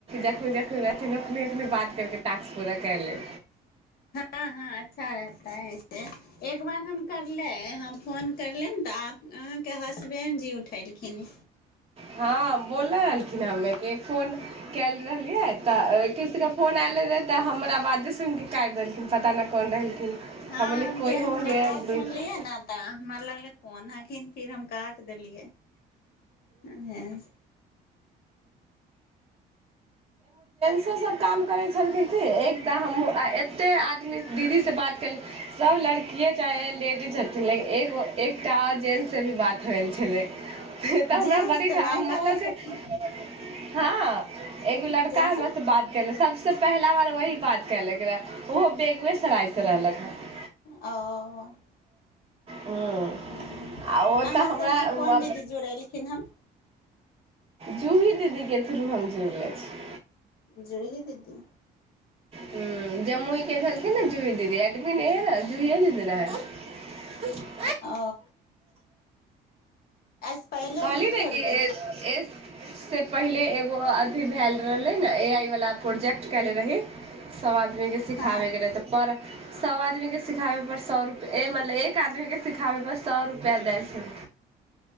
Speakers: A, on the right (about 35°); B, on the left (about 65°).
A: जखनी जखन रहथिनखने उने बात करके ास्क पूरा क ले
B: हाँ अच्छा रहता एक बार हम करले हम फोन करले तऽ के हसबैण्ड जी उठेलखिन
A: हँ बोलल रहललखिन हमे के फोन कल रहल लिय तऽ ा फोन आयलै रहै तऽ हमरा बाजे सुनिके काटि देलखिन पता नहि कोन रहलखिन
B: हँ
A: बोललियै
B: हम
A: कोइ
B: जेंटस
A: होंगे
B: के बात
A: ग्रुप
B: सुनलियै ने तऽ हमर लगले कोन हखिन फिर हम काट देलियै हँ
A: से सब काम करै छलखिन से हमहुँ एते दीदीसँ बात कली सभ लड़किए चाहे लेडीज छथिन लेकिन एगो एकटा आर जेन्ट्ससँ भी बात होइल छलै से तऽ हमरा
B: जेंस
A: बड़ी
B: तऽ नहि
A: मतलब
B: करै छथिन
A: कि हँ एगो लड़का
B: जेंट्स
A: हमरा ते बात करले सबस सबसँ पहिला बार वएही बात कलक रहै ओहो बेगबेसरायसँ रहलक रहऽ
B: ओ
A: हँ
B: ह्म्म
A: आ ओ
B: अहाँ
A: तऽ हमरा
B: सभके कोन दीदी जुड़लखिन हन
A: जूही दीदीके थ्रू हम जुड़ले छी
B: जूही दीदी
A: ह जम्मू के छललखे ने जूही दीदी एडमीने है न जूहिए दीदी न है
B: ओ एहिसँ पहिले
A: कहली
B: भी जुड़ल
A: नहि की
B: रहियै
A: पहिले एगो अथी भेल रहले ने ए आई वाला प्रोजेक्ट केले रहे सबद आदमीके सिखाबैके
B: हँ
A: रहै तऽ पर सभ आदमीके सिखाबै पड़ सए रुपआ मतलब एक आदमीके सिखाबै पर सए रुपआ दै छै